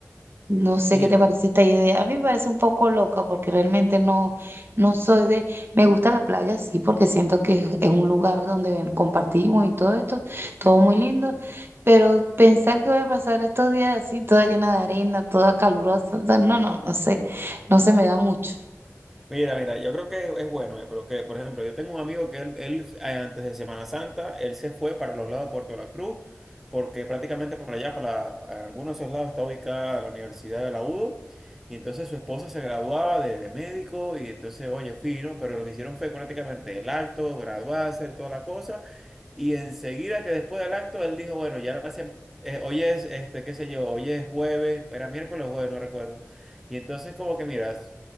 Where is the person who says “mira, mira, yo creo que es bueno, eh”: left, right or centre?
Centre